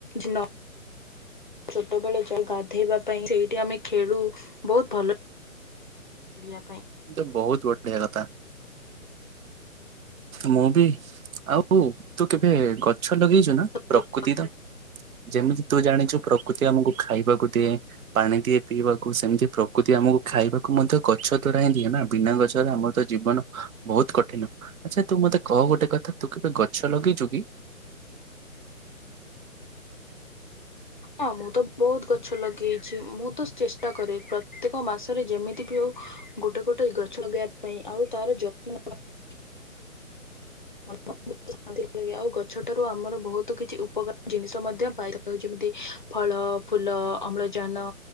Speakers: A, on the left; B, on the right.
A: ଚିନ ଛୋଟବେଳେ ଯା ଗାଧେଇବା ପାଇଁ ସେଇଠି ଆମେ ଖେଳୁ ବହୁତ ଭଲ ଚଳିଆପାଇଁ
B: ତ ବହୁତ ବଢିଆ କଥା। ମୁଁ ବି ଆଉ ତୁ କେବେ ଗ ଗଛ ଲଗେଇଛୁ ନା
A: ପାଇଁ
B: ପ୍ରକୃତିତ ଯେମିତି ତୁ ଜାଣିଛୁ ପ୍ରକୃତି ଆମକୁ ଖାଇବାକୁ ଦିଏ ପାଣି ଦିଏ ପିଇବାକୁ ସେମିତି ପ୍ରକୃତି ଆମକୁ ଖାଇବାକୁ ମଧ୍ୟ ଗଛ ଦ୍ଵାରା ହିଁ ଦିଏ ନା ବିନା ଗଛରେ ଆମର ତ ଜୀବନ ବହୁତ କଠିନ ଆଚ୍ଛା ତୁ ମତେ କହ ଗୋଟେ କଥା ତୁ ଗଛ ଲଗେଇଛୁ କି?
A: ହଁ ମୁଁ ତ ବହୁତ ଗଛ ଲଗେଇଛି ମୁଁ ତ ଚେଷ୍ଟା କରେ ପ୍ରତ୍ୟେକ ମାସରେ ଯେମିତି ବି ହଉ ଗୋଟେ ଗୋଟେ ଗଛ ଲଗେଇବା ପାଇଁ ଆଉ ତାର ଯତ୍ନ ନେବା ପାଇଁ ପ ଶାନ୍ତି ଲାଗେ ଆଉ ଗଛଠାରୁ ଆମର ବହୁତ କିଛି ଉପକାର ଜିନିଷ ମଧ୍ୟ ପାଇଥାଉ, ଯେମିତି ଫଳ, ଫୁଲ, ଅମ୍ଳଜାନ